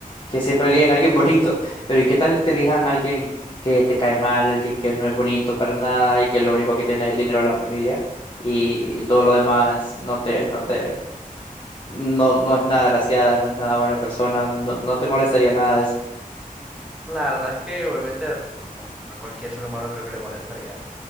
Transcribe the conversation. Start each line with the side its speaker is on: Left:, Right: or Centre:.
Left: que siempre eligen a alguien bonito. <laughs> Pero ¿y qué tal te elijan a alguien que te cae mal, alguien que no es bonito para nada y que lo único que tiene es el dinero de la familia y, y todo lo demás no te, no te, no, no es nada graciada, no es nada buena persona, no, no te molestaría nada de eso
Centre: La verdad es que obviamente como a cualquier ser humano creo que le molestaría.